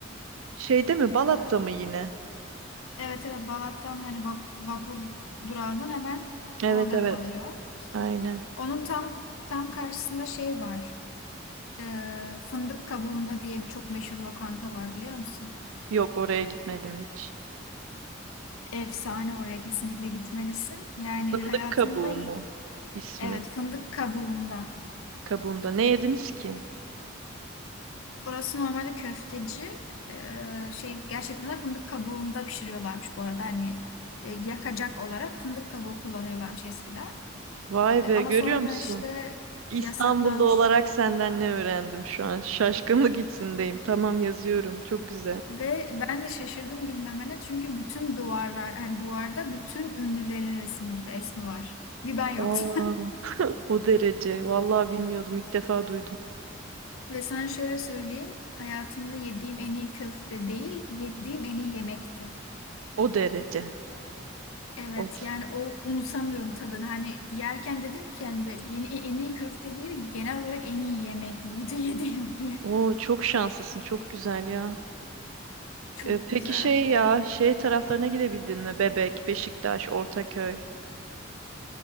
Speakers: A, on the right (about 80°); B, on the left (about 85°).
A: Şeyde mi? Balat'ta
B: E,
A: mı yine?
B: Evet evet Balat'tan hani vap- vapur durağının hemen
A: Evet
B: orada
A: evet.
B: kalıyor.
A: Aynen.
B: Onun tam tam karşısında şey var. Ee, Fındık Kabuğunda diye bir çok meşhur lokanta var biliyor musun?
A: Yok oraya gitmedim hiç.
B: Efsane oraya kesinlikle gitmelisin. Yani
A: Fındık
B: hayatında
A: kabuğu mu ismi?
B: evet Fındık Kabuğunda.
A: Kabuğunda. Ne yediniz ki?
B: Burası normalde köfteci. Ee, şey gerçekten de fındık kabuğunda pişiriyorlarmış bu arada. Hani e, yakacak olarak fındık kabuğu kullanıyorlarmış eskiden.
A: Vay
B: E,
A: be
B: ama
A: görüyor
B: sonradan
A: musun?
B: işte
A: İstanbullu
B: yasaklanmış
A: olarak senden ne öğrendim şu an? Şaşkınlık içindeyim. Tamam yazıyorum. Çok güzel.
B: Ve ben de şaşırdım bilmemene çünkü bütün duvarlar hani duvarda bütün ünlülerin resmi, resmi var. Bir ben yoktum.
A: Aa, o derece. Vallahi bilmiyordum. İlk defa duydum.
B: <laughs> Ve sana şöyle söyleyeyim hayatımda yediğim en iyi köfte değil yediğim en iyi yemekti.
A: O derece.
B: Evet
A: Of.
B: yani o unutamıyorum tadını. Hani yerken dedim ki yani böyle yeni, en iyi köfte değil genel olarak en iyi yemek buydu <laughs> yediğim diye.
A: Oo, çok şanslısın. Çok güzel ya.
B: Çok
A: E, peki
B: güzeldi.
A: şey ya, şey taraflarına gidebildin mi? Bebek, Beşiktaş, Ortaköy.